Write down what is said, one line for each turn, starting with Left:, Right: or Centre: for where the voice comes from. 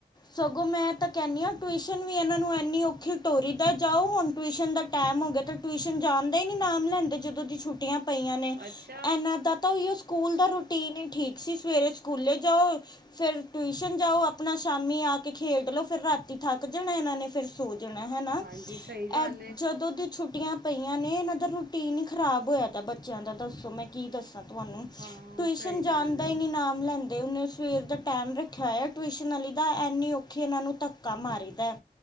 Left: ਸਗੋਂ ਮੈਂ ਤਾਂ ਕਹਿੰਦੀ ਹਾਂ ਟਿਊਸ਼ਨ ਵੀ ਇਹਨਾਂ ਨੂੰ ਇੰਨੀ ਔਖੀ ਟੋਰੀ ਦਾ ਜਾਓ ਹੁਣ ਟਿਊਸ਼ਨ ਦਾ ਟਾਈਮ ਹੋ ਗਿਆ ਤਾਂ ਟਿਊਸ਼ਨ ਜਾਣ ਦਾ ਹੀ ਨੀ ਨਾਮ ਲੈਂਦੇ ਜਦੋਂ ਦੀ ਛੁੱਟੀਆਂ ਪਈਆਂ ਨੇ
Right: ਅੱਛਾ
Left: ਇਨਾ ਦਾ ਤਾਂ ਉਹੀ ਸਕੂਲ ਦਾ ਰੂਟੀਨ ਹੀ ਠੀਕ ਸੀ ਸਵੇਰੇ ਸਕੂਲੇ ਜਾਓ ਫਿਰ ਟਿਊਸ਼ਨ ਜਾਓ ਆਪਣਾ ਸ਼ਾਮੀ ਆ ਕੇ ਖੇਡ ਲੋ। ਫਿਰ ਰਾਤੀ ਥੱਕ ਜਾਣਾ ਇਹਨਾਂ ਨੇ, ਫਿਰ ਸੌ। ਜਾਣਾ ਹੈ ਨਾ
Right: ਹਾਂਜੀ ਸਹੀ ਗੱਲ
Left: ਐ
Right: ਏ
Left: ਜਦੋਂ ਦੀ ਛੁੱਟੀਆਂ। ਪਈਆਂ ਨੇ ਇਹਨਾਂ ਦਾ ਰੂਟੀਨ ਹੀ ਖ਼ਰਾਬ ਹੋਇਆ ਬੱਚਿਆਂ ਦਾ ਦੱਸੋ ਮੈਨੂੰ। ਕੀ ਦੱਸਾਂ ਤੁਹਾਨੂੰ,
Right: ਹਾਂ
Left: ਟਿਊਸ਼ਨ
Right: ਸਹੀ
Left: ਜਾਣ
Right: ਗੱਲ
Left: ਦਾ ਹੀ
Right: ਏ
Left: ਨਹੀਂ ਨਾਂ ਲੈਂਦੇ। ਦੇ ਉਹਨੇ ਸਵੇਰ ਦਾ ਟਾਈਮ ਰੱਖਿਆ ਹੋਇਆ ਟਿਊਸ਼ਨ ਵਾਲੀ ਦਾ ਐੰਨੀ ਔਖੀ ਇਹਨਾਂ ਨੂੰ ਧੱਕਾ ਮਾਰੀ ਦਾ।